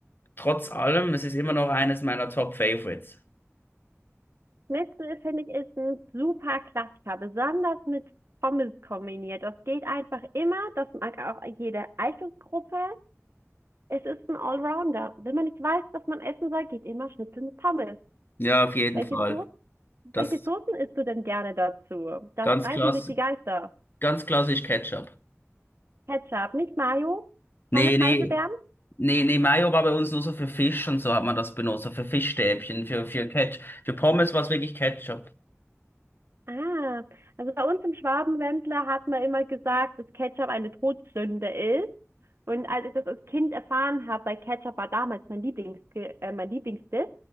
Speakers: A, on the left; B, on the right.
A: trotz allem, es ist immer noch eines meiner Top Favorites.
B: Schnitzel finde ich ist ein super Klassiker, besonders mit Pommes kombiniert. Das geht einfach immer, das mag auch jede Altersgruppe. Es ist ein Allrounder. Wenn man nicht weiß, was man essen soll, geht immer Schnitzel mit Pommes.
A: Ja, auf jeden
B: Welche
A: Fall.
B: So-,
A: Das
B: welche Soßen isst du denn gerne dazu? Da
A: ganz
B: streiten
A: klass
B: sich die Geister.
A: ganz klassisch Ketchup.
B: Ketchup, nicht Mayo,
A: Nee,
B: keine Preiselbeeren?
A: nee. Nee, nee, Mayo war bei uns nur so für Fisch und so hat man das benutzt, so für Fischstäbchen, für, für Ketchup. Für Pommes war es wirklich Ketchup.
B: Ah, also bei uns im Schwabenländler hat man immer gesagt, dass Ketchup eine Todsünde ist. Und als ich das als Kind erfahren habe, weil Ketchup war damals mein Lieblings, äh, mein Lieblingsdip,